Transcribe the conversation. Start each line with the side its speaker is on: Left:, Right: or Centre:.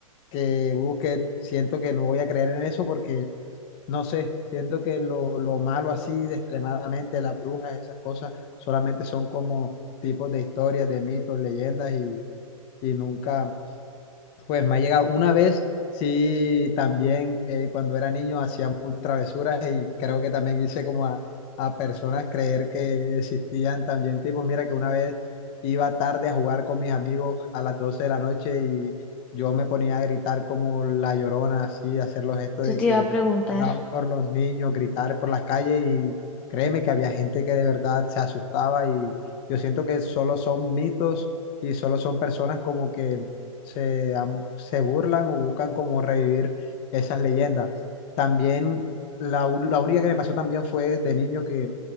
Left: que busque, siento que no voy a creer en eso porque, no sé, siento que lo, lo malo así de extremadamente, las brujas, esas cosas, solamente son como tipos de historias, de mitos, leyendas y, y nunca pues me ha llegado una vez, sí, también eh, cuando era niño hacía muy travesuras y creo que también hice como a, a personas creer que existían también tipos. Mira que una vez iba tarde a jugar con mis amigos a las 12 de la noche y yo me ponía a gritar como la llorona, así, hacer los gestos
Centre: yo
Left: de
Centre: te
Left: que
Centre: iba a preguntar,
Left: lloraba por los niños, gritar por las calles y créeme que había gente que de verdad se asustaba y yo siento que solo son mitos y solo son personas como que se, am- se burlan o buscan como revivir esas leyendas. También la, u- la única que me pasó también fue de niño que